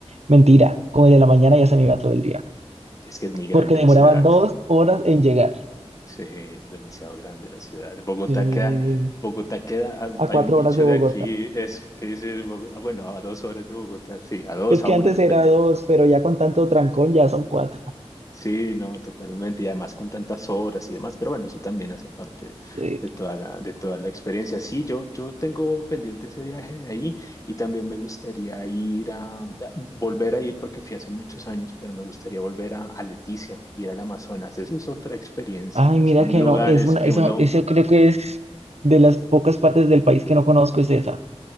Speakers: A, on the right; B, on the left.
A: Mentira, con el de la mañana ya se me iba todo el día,
B: es que es muy grande
A: porque demoraba
B: la ciudad.
A: dos horas en llegar.
B: Sí, es demasiado grande la ciudad. Bogotá
A: Sí,
B: queda, Bogotá queda, hab-
A: a
B: hay
A: cuatro
B: un dicho
A: horas de
B: de
A: Bogotá.
B: aquí es que dice, Bogo- ah, bueno, a dos horas de Bogotá, sí, a dos,
A: Es
B: a
A: que
B: una,
A: antes
B: depende.
A: era dos, pero ya con tanto trancón ya son cuatro.
B: Sí, no, totalmente. Y además con tantas obras y demás, pero bueno, eso también hace parte de,
A: Sí.
B: de toda la, de toda la experiencia. Sí, yo, yo tengo pendiente ese viaje de ahí y también me gustaría ir a, volver a ir porque fui hace muchos años, pero me gustaría volver a, a Leticia, ir al Amazonas. Esa es otra experiencia.
A: Ay, mira
B: Son
A: que
B: lugares
A: no, es una,
B: que
A: eso,
B: uno,
A: eso creo que es de las pocas partes del país que no conozco, es esa.